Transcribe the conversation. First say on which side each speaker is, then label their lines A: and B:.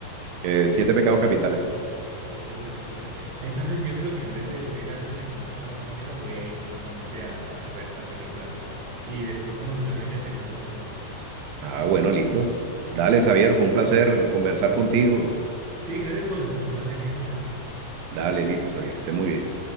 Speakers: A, on the right; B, on the right.
A: Eh, siete pecados capitales.
B: Los siete pecados capitales. Entonces yo
A: Eh,
B: creo que en vez de, de ir al cine como estaba planeado, voy a ir justamente a, a ver esta película mejor. Y después cuando termine te cuento qué tal.
A: Ah, bueno, listo. Dale, Xavier, fue
B: Listo.
A: un placer conversar contigo.
B: Sí, gracias por la recomendación, ¿eh? Nos vemos.
A: Dale, listo, Xavier, que estés muy bien.